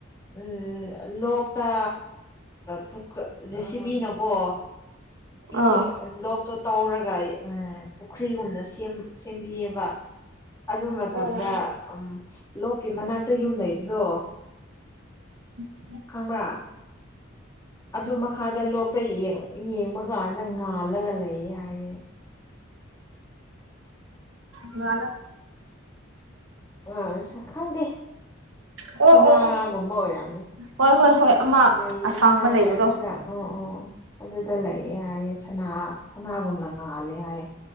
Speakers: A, on the left; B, on the right.
A: ꯎꯝ ꯂꯣꯛꯇ ꯄꯨꯈ ꯖꯦ ꯁꯤꯕꯤꯅꯀꯣ ꯏꯁꯤꯡ
B: ꯑꯥ
A: ꯂꯣꯛꯇꯣ ꯇꯧꯔꯒ ꯎꯝ ꯄꯨꯈ꯭ꯔꯤꯒꯨꯝꯗꯅ ꯁꯦꯝꯕꯤꯑꯕ ꯑꯗꯨ ꯃꯇꯝꯗ
B: ꯑꯣ
A: ꯎꯝ ꯂꯣꯛꯀꯤ ꯃꯅꯥꯛꯇ ꯌꯨꯝ ꯂꯩꯕꯗꯣ
B: ꯎꯝ
A: ꯈꯪꯕ꯭ꯔꯥ ꯑꯗꯨ ꯃꯈꯥꯗ ꯂꯣꯛꯇ ꯌꯦꯡꯕ ꯥꯟꯗꯪ ꯉ ꯑꯜꯒꯌꯦ ꯌꯥꯌꯦ
B: ꯂ
A: ꯑ ꯑꯁ ꯈꯪꯗꯦ
B: ꯑꯣ
A: ꯁꯅꯥꯒꯨꯝꯕ
B: ꯑꯣ
A: ꯑꯣꯏꯔꯝꯅꯦ
B: ꯍꯣꯏ ꯍꯣꯏ ꯍꯣꯏ ꯑꯃ
A: ꯂꯩꯕꯅꯤ
B: ꯑꯁꯥꯡꯕ
A: ꯍꯥꯏꯌꯦ
B: ꯂꯩꯕꯗꯣ
A: ꯑꯗꯨꯗ ꯎ ꯑꯣ ꯑꯗꯨꯗ ꯂꯩꯌꯦ ꯍꯥꯏꯏ ꯁꯅꯥ ꯁꯅꯥꯒꯨꯝꯅ ꯉꯥꯜꯂꯦ ꯍꯥꯏ